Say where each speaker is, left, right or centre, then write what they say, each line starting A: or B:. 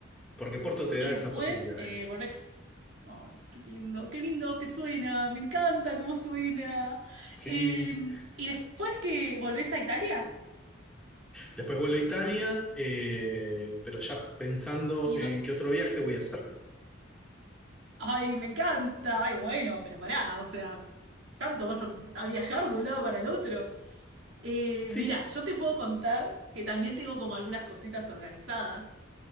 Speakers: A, in the centre; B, on the right.
A: Porque Porto te
B: Y
A: da
B: después
A: esas posibilidades.
B: eh, volvés. Ay, qué lindo, qué lindo que suena, me encanta cómo suena.
A: Sí,
B: Eh, y después que volvés a Italia,
A: después vuelvo a Italia, eh, pero ya pensando
B: y
A: en
B: do-
A: qué otro viaje voy a hacer.
B: ay, me encanta, ay, bueno, pero pará, o sea, tanto vas a, a viajar de un lado para el otro. Eh,
A: Sí,
B: mirá, yo te puedo contar que también tengo como algunas cositas organizadas.